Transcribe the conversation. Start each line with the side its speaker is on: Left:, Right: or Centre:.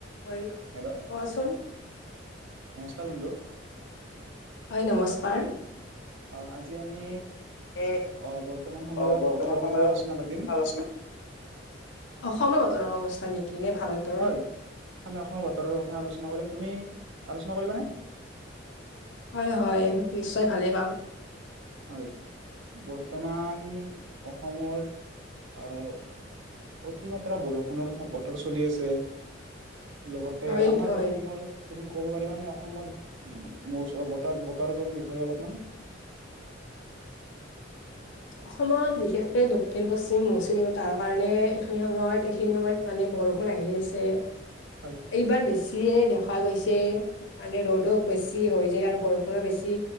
Left: হয়
Right: হেল্ল'
Left: কোৱাচোন।
Right: কাৰ হটো
Left: হয় নমস্কাৰ।
Right: অ, আজি আমি
Left: এই
Right: অহ, বৰ্তমান সময়ত
Left: অ বৰ্তমান
Right: বতৰৰ
Left: সময়ত
Right: কথা আলোচনা পাতিম।
Left: কথা আলোচনা অসমৰ বটন অৱস্থা নেকি? নে ভাৰতৰ
Right: হয় আমি অসমৰ বতৰৰ কথা আলোচনা কৰিম তুমি আল কৰিবা নে।
Left: হয় - হয় নিশ্চয় ভালেই পাম।
Right: হয় বৰ্তমান অসমত অহ, অতিমাত্ৰা বৰষুণৰ বতৰ চলি আছে। লগতে
Left: হয়
Right: আমাৰ
Left: হয়
Right: অসমৰ তুমি ক'ব পাৰিবানে অসমতৌচ বতৰ - বতৰ বিষয়ে অলপমান। <inaudible>
Left: অসমত বিশেষকে দক্ষিণ পশ্চিম মৌচুমী বতাৰ কাৰণে এইখিনি সময়ত - এইখিনি সময়ত মানে বৰষুণ আহি আছে
Right: হয়
Left: এইবাৰ বেছিয়ে দেখ দেখা গৈছে মানে ৰ'দো বেছি হৈ যায় আৰু বৰষুণো বেছি।